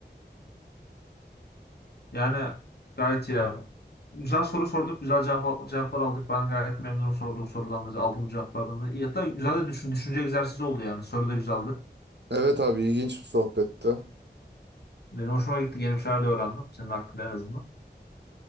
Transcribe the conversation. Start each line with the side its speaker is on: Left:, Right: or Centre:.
Left: Yani gayet iyi abi. Güzel soru sorduk, güzel cevap, cevaplar aldık. Ben gayet memnunum sorduğum sorudan da, aldığım cevaplardan da. İyi, Hatta güzel de düşün, düşünce egzersizi oldu yani. Soru da güzeldi.
Right: Evet abi ilginç bir sohbetti.
Left: Benim hoşuma gitti, yeni bir şeyler de öğrendim. Senin hakkında en azından.